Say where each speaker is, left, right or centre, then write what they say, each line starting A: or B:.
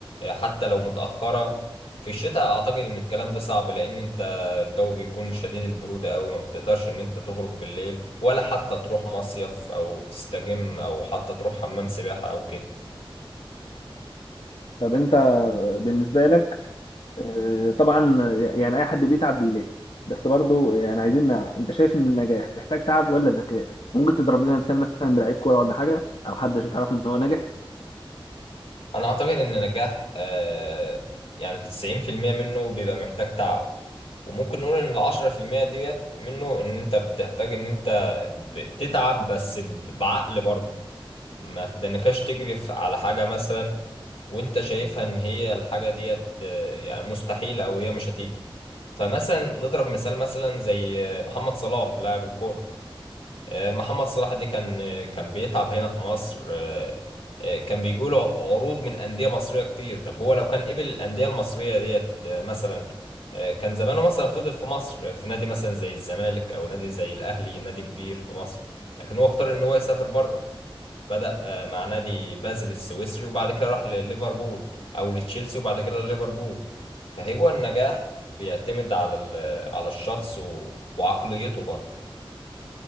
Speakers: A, on the left; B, on the left.
A: حتى لو متأخرة في الشتاء أعتقد إن الكلام ده صعب لأن أنت الجو بيكون شديد البرودة أوي ما بتقدرش إن أنت تخرج بالليل ولا حتى تروح مصيف أو تستجم أو حتى تروح حمام سباحة أو كده
B: طب انت بالنسبة لك آه، طبعا يعني اي حد بيتعب بيلاقي بس برضو يعني عايزين نعرف انت شايف ان النجاح محتاج تعب ولا ذكاء ممكن تضرب لنا مثال مثلا بلعيب كورة ولا حاجة او حد تعرف ان هو ناجح
A: أنا أعتقد إن نجاح آه، يعني تسعين في المية منه بيبقى محتاج تعب وممكن نقول إن العشرة في المية ديت منه إن أنت بتحتاج إن أنت بتتعب بس بعقل برضه ما تدنكاش تجري في- على حاجة مثلا وانت شايفها ان هي الحاجة ديت آه، يعني مستحيلة او هي مش هتيجي فمثلا نضرب مثال مثلا زي آه، محمد صلاح لاعب الكورة آه، محمد صلاح دي كان آه، كان بيتعب هنا في مصر آه، آه، كان بيجوله عروض من أندية مصرية كتير طب هو لو كان قبل الأندية المصرية ديت آه، مثلا آه، كان زمانه مثلا فضل في مصر آه، في نادي مثلا زي الزمالك أو نادي زي الأهلي نادي كبير في مصر لكن هو اختار إن هو يسافر بره بدأ آه، مع نادي بازل السويسري وبعد كده راح لليفربول أو لتشيلسي وبعد كده لليفربول فهو النجاح بيعتمد على ال- على الشخص و- وعقليته برضه